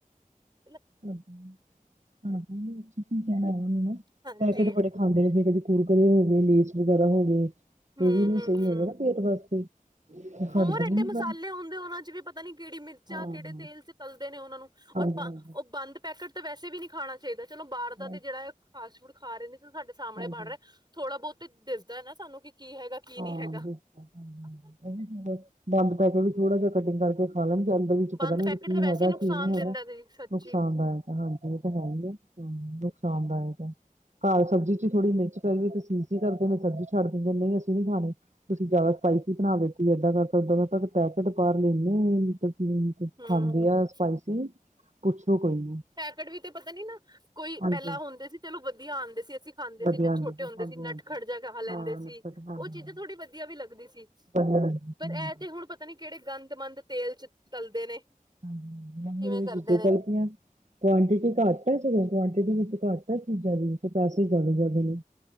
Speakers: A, on the right; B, on the right.
A: ਹੈ।
B: ਹਾਂਜੀ ਤੇ ਤੁਸੀਂ ਕੀ ਕਹਿਣਾ ਹੈ ਓਹਦੇ ਨਾਲ?
A: ਹਾਂਜੀ,
B: ਪੈਕਟ ਬੜੇ। ਖਾਂਦੇ ਫੇਰ ਕਦੇ ਕੁਰਕਰੇ ਹੋ ਗਏ ਲੇਸ ਵਗੈਰਾ ਹੋ ਗਏ ਇਹ
A: ਹੂੰ-ਹੂੰ-ਹੂੰ
B: ਵੀ ਨੀ ਸਹੀ ਹੈਗੇ ਨਾ ਪੇਟ ਵਾਸਤੇ
A: ਹੋਰ
B: ਹਟਦੇ
A: ਏਡੇ
B: ਹੀ ਨੀ
A: ਮਸਾਲੇ
B: ਪਰ
A: ਹੁੰਦੇ ਉਹਨਾਂ ਚ ਵੀ ਪਤ ਪਤਾ ਨੀ ਕਿਹੜੀ ਮਿਰਚਾਂ
B: ਹਾਂ
A: ਕਿਹੜੇ
B: ਹਾਂ
A: ਤੇਲ ਚ ਤਲਦੇ ਨੇ ਉਹਨਾਂ ਨੂੰ
B: ਹਾਂਜੀ
A: ਔਰ ਬਂ
B: ਹਾਂਜੀ
A: ਔਰ ਬੰਦ ਪੈਕੇਟ ਤਾਂ ਵੈਸੇ ਵੀ ਨੀ ਖਾਣਾ ਚਾਹੀਦਾ ਚਲੋ ਬਾਹਰ ਦਾ
B: ਨਹੀਂ,
A: ਤੇ ਜਿਹੜਾ ਐ ਫਾਸਟ ਫੂਡ ਖਾ ਰਹੇ ਨੇ ਚਲ ਸਾਡੇ ਸਾਹਮਣੇ
B: ਹਾਂਜੀ
A: ਬਣ ਰਿਹਾ ਥੋੜਾ ਬਹੁਤ ਦਿਸਦਾ ਹੈ ਨਾ ਸਾਨੂੰ ਕਿ ਕੀ ਹੈਗਾ ਕੀ
B: ਹਾਂ
A: ਨੀ ਹੈਗਾ।
B: ਬਿਲਕੁਲ
A: ਅੱਜ ਕੱਲ
B: <inaudible> ਬੰਦ ਪੈ ਕੇ ਵੀ ਥੋੜਾ ਜਿਹਾ ਕਟਿੰਗ ਕਰਕੇ ਫਾਲਮ ਜਾਨਵਲ ਵਿੱਚ
A: ਬੰਦ
B: ਪਤਾ ਨੀ
A: ਪੈਕੇਟ
B: ਹ ਕੀ
A: ਤੇ ਵੈਸੇ
B: ਹੈਗਾ
A: ਹੀ ਨੁਕਸਾਨ
B: ਕੀ ਨਹੀਂ
A: ਦਿੰਦਾ
B: ਹੈਗਾ
A: ਜੀ ਸੱਚੀ
B: ਨੁਕਸਾਨਦਾਇਕ ਐ ਹਾਂਜੀ ਇਹ ਤਾਂ ਹੈ ਹੀ ਹੈ ਹਮ ਨੁਕਸਾਨਦਾਇਕ ਹੈ ਘਰ ਸਬਜ਼ੀ ਚ ਥੋੜੀ ਮਿਰਚ ਪੈਵੇ ਤੇ ਸੀ ਸੀ ਕਰਦੇ ਨੇਂ ਸਬਜ਼ੀ ਚ ਛੱਡ ਦਿੰਦੇ ਨੇ ਨਹੀਂ ਅਸੀਂ ਨੀ ਖਾਣੀ ਤੁਸੀਂ ਜਿਆਦਾ ਸਪਾਈਸੀ ਬਣਾ ਦਿੱਤੀ ਏਦਾਂ ਕਰਤਾ ਓਦਾ ਕਰਤਾ ਤੇ ਪੈਕੇਟ ਬਾਹਰ ਲੈ ਹਮ
A: ਹੂੰ
B: ਖਾਂਦੇ ਆ ਸਪਾਈਸੀ ਪੁੱਛੋ ਕੋਈ ਨੀ
A: ਪੈਕਟ ਵੀ ਤੇ ਪਤਾ ਨੀ ਨਾ ਕੋਈ
B: ਹਾਂਜੀ
A: ਪਹਿਲਾਂ ਹੁੰਦੇ ਸੀ ਚਲੋ ਵਧੀਆ ਆਉਂਦੇ ਸੀ ਅਸੀਂ ਖਾਂਦੇ ਸੀ
B: ਵਧੀਆ
A: ਜਦੋਂ
B: ਹਾਂਜੀ
A: ਛੋਟੇ ਹੁੰਦੇ
B: ਹਾਂਜੀ
A: ਸੀ
B: ਹਾਂਜੀ
A: ਨਟਖਟ ਜਾ ਖਾ ਲੈਂਦੇ
B: ਹਾਂ ਨੁਕਸਰ
A: ਸੀ
B: ਹਾਂ
A: ਉਹ
B: ਹਾਂ
A: ਚੀਜ਼ਾਂ ਥੋੜੀ ਵਧੀਆ ਵੀ ਲੱਗਦੀ ਸੀ
B: <inaudible>
A: ਪਰ ਇਹ ਤੇ ਹੁਣ ਪਤਾ ਨੀ ਕਿਹੜੇ ਗੰਦਮੰਦ ਤੇਲ ਚ ਤਲਦੇ ਨੇ
B: ਹਮ
A: ਕਿਵੇਂ ਕਰਦੇ
B: <inaudible>
A: ਨੇ
B: ਕੁਆਂਟਿਟੀ ਘੱਟ ਹੈ ਜਦੋਂ ਕੁਆਂਟਿਟੀ ਵਿੱਚ ਘੱਟ ਹੈ ਚੀਜ਼ਾਂ ਦੀ ਤੇ ਪੈਸੇ ਜ਼ਿਆਦਾ ਜ਼ਿਆਦਾ ਨੇ